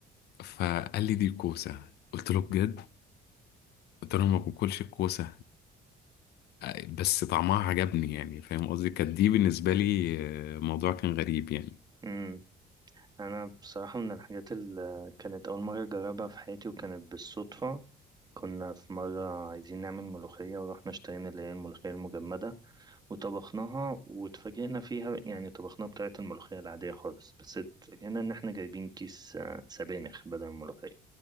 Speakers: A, on the left; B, on the right.
A: فقال لي دي كوسه قلت له بجد قلت له ما باكلش الكوسه آه، بس طعمها عجبني يعني فاهم قصدي كانت دي بالنسبه لي آه، موضوع كان غريب يعني
B: امم انا بصراحة من الحاجات اللي كانت اول مرة اجربها في حياتي وكانت بالصدفة كنا في مرة عايزين نعمل ملوخية ورحنا اشترينا اللي هي الملوخية المجمدة وطبخناها واتفاجئنا فيها يعني طبخناها بطريقة الملوخية العادية خالص بس اتفاجئنا ان احنا جايبين كيس آه، سبانخ بدل الملوخية